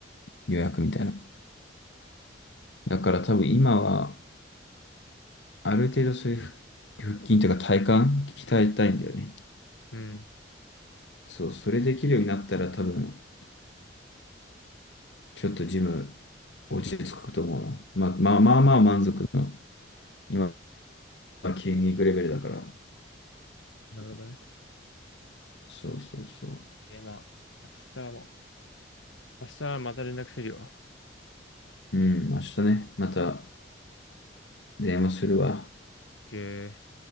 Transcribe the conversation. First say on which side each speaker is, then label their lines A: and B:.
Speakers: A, on the left; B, on the left.
A: 予約みたいな。だから多分今は、ある程度そういう腹腹筋というか体幹鍛えたいんだよね。
B: うん。
A: そう、それできるようになったら多分、ちょっとジム落ち着くと思うな。まあ、まあまあまあ満足の、今は筋肉レベルだから。
B: なるほどね。
A: そうそうそ
B: え、まあ、明日も、明日はまた連絡するよ。
A: う。うん、明日ね、また電話するわ。
B: OK。